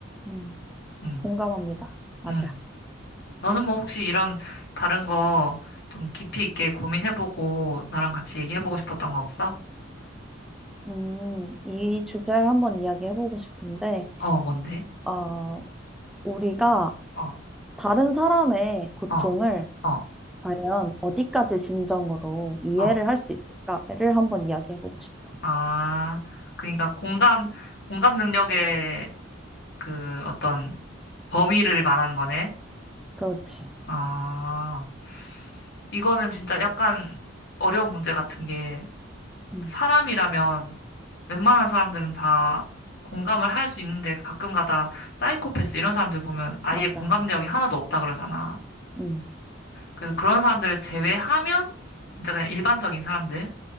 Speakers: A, in the centre; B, on the left (about 60°).
A: 음,
B: 음,
A: 공감합니다. 맞아.
B: 음. 너는 뭐 혹시 이런 다른 거 좀 깊이 있게 고민해보고 나랑 같이 얘기해보고
A: 음,
B: 싶었던 거 없어?
A: 음, 이 주제를 한번 이야기해보고 싶은데,
B: 어, 뭔데?
A: 어, 우리가
B: 어,
A: 다른 사람의 고통을
B: 어, 어,
A: 과연 어디까지 진정으로 이해를
B: 어.
A: 할 수 있을까를 한번 이야기해보고 싶어.
B: 아, 그러니까 공감, 공감 능력의 그 어떤 범위를 말하는 거네.
A: 그렇지.
B: 아, 이거는 진짜 약간 어려운 문제 같은 게
A: 음,
B: 사람이라면 웬만한 사람들은 다 공감을 할 수 있는데 가끔가다 사이코패스 이런 사람들 보면 아예
A: 맞아.
B: 공감 내역이 하나도 없다 그러잖아.
A: 음,
B: 그래서 그런 사람들을 제외하면 진짜 그냥 일반적인 사람들,